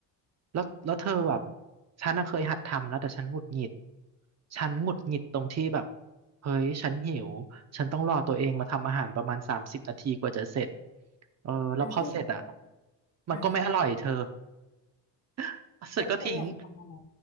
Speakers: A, on the right; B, on the left.
A: แล้วแล้วเธอแบบฉันน่ะเคยหัดทำแล้วแต่ฉันหงุดหงิดฉันหงุดหงิดตรงที่แบบเฮ้ยฉันหิวฉันต้องรอตัวเองมาทำอาหารประมาณสามสิบนาทีกว่าจะเสร็จเออแล้วพอเสร็จอ่ะ
B: อ่ะถ้าเกิดว่า
A: มันก็ไม่อร่อยเธอ
B: อ่ะ
A: <laughs> เสร็จก็ทิ้ง
B: แล้วเธออยากทำอะไร